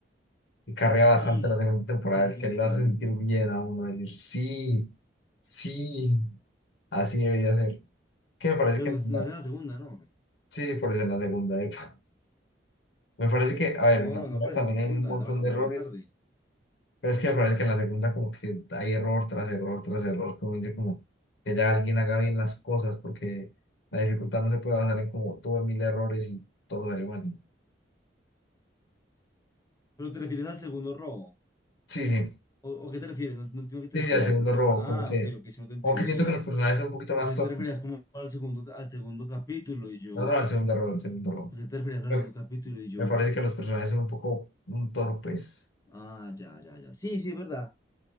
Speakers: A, on the left; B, on the left.
A: y carrea
B: Sí,
A: bastante
B: sí,
A: la segunda temporada,
B: sí, sí,
A: que lo
B: mm,
A: hace sentir bien a uno, decir, sí, sí, así debería ser. Que me parece
B: pero
A: que, en
B: no es, no
A: la-
B: es en la segunda, ¿no?
A: sí, por eso en la segunda, epa. Me parece que, a ver,
B: No,
A: en la
B: no,
A: primera
B: no aparece
A: también
B: en la segunda,
A: hay un montón
B: aparece
A: de
B: mucho
A: errores,
B: más tarde.
A: pero es que me parece que en la segunda como que hay error tras error tras error, como dice, como que ya alguien haga bien las cosas, porque la dificultad no se puede basar en como tuve mil errores y todo sale mal.
B: Pero te refieres al segundo robo.
A: Sí, sí,
B: ¿O, o qué te refieres? No, no entiendo a qué
A: sí,
B: te
A: sí,
B: refieres.
A: el segundo
B: Al segundo.
A: error,
B: Ah,
A: como que,
B: ok, ok, si no te entendía.
A: como que siento que los personajes son un poquito
B: Pues
A: más
B: ahí
A: torpes.
B: te referías como al segundo, ca- al segundo capítulo y yo.
A: No, no, el segundo error, el segundo error.
B: Pues ahí te referías al
A: Eh,
B: segundo capítulo y yo.
A: Me parece que los personajes son un poco mm, torpes.
B: Ah, ya, ya, ya. Sí, sí, es verdad.